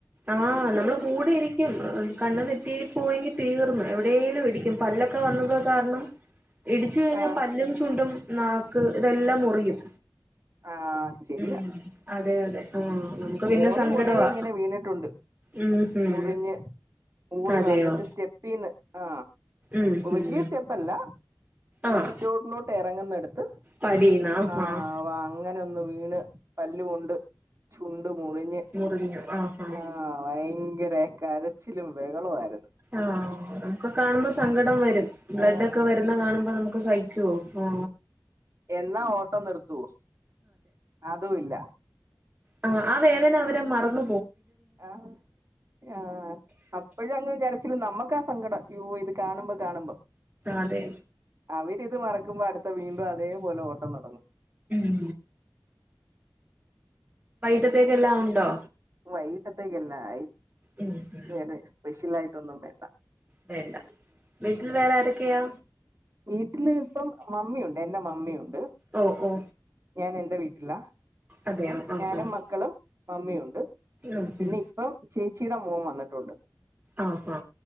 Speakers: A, on the right; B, on the right.
A: ആഹ
B: കൈക്കൂ
A: നമ്മള് കൂടെ ഇരിക്കും കണ്ണു തെറ്റിയിൽ പോയെങ്കി തീർന്ന് എവിടെേലും ഇടിക്കും പല്ലൊക്കെ വന്നത് കാരണം ഇടിച്ചു കഴിഞ്ഞാൽ
B: ആ
A: പല്ലും ചുണ്ടും ഇതെല്ലാം മുറിയും
B: ആ ശരിയാ
A: ഉ അതെ അതെ ആഹ് നമുക്ക് പിന്നെ
B: മോന്
A: സങ്കടവാ
B: കൊറ ഇങ്ങനെ വീണിട്ടുണ്ട്
A: ഉം ഉം
B: മുറിഞ്ഞ് ഓടി
A: അതെയോ
B: വന്നിട്ട് സ്റ്റെപ്പീന്ന് ആ
A: ഉം
B: വലിയ
A: ഉം
B: സ്റ്റെപ്പല്ല
A: ആഹ്
B: സിറ്റോട്ടിലോട്ട് ഇറങ്ങുന്ന എടുത്ത്
A: പടീന്നാ
B: ആ്
A: ആഹ്
B: അങ്ങനെ വീണ് പല്ല് കൊണ്ട് ചുണ്ട് മുറിഞ്
A: മുറിഞ്ഞു ആഹ് ആഹ്
B: ആ ഭയങ്കര കരച്ചിലും വികളുമായിരുന്നു
A: ആഹ നമുക്ക് കാണുമ്പോ സങ്കടം വരും ബ്ലഡ്
B: ആ
A: ഒക്കെ വരുന്ന കാണുമ്പോ നമുക്ക് ഒ സഹിക്കുവോ ആ
B: എന്നാ ഓട്ടോ നിർത്തുവോ അതും ഇല്ല
A: ആ ആ വേദന അവരെ മറന്ന
B: ആ ആഹ അപ്പഴും അങ്ങ് കരച്ചില് നമ്മുക്ക്ാസങ്കടം അ്യോ ഇത് കാണുമ്പോൾ കാണുമ്പോ
A: അതെ
B: അവര് ഇത് മറക്കുമ്പോ അടുത്ത വീണ്ടും അതേപോലെ ഓട്ടം തുടങ്ങും
A: ഉം അത്തേക്കെല്ലാം ഉണ്ടോ
B: വൈകട്ടത്തേക്കല്ല ആയി
A: ഉം ഉം
B: വേറെ സ്പെഷ്യൽ ആയിട്ടൊന്നും വേണ്ട
A: വെണ്ട വീട്ടിൽ വേറെ ആരൊക്കെയാ
B: വീട്ടില് ഇപ്പം മമ്മിയുണ്ട് എറെ മമ്മിയുണ്ട്
A: ഓ ഓ
B: ഞാൻ എന്റെ വീട്ടിലാ
A: അതെയോ
B: അപ്പം
A: ആഹ്
B: ഞാനും
A: ആഹ്
B: മക്കളും മമ്മിയുണ്ട്
A: ഉം
B: പിന്നെ
A: ഉം
B: ഇപ്പം ചേച്ചിയുടെ മോൻ വന്നിട്ടുണ്ട്
A: ആഹോ